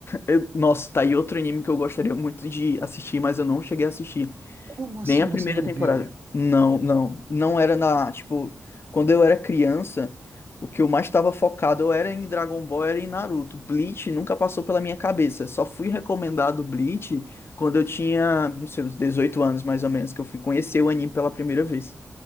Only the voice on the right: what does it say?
Como assim
você não
viu?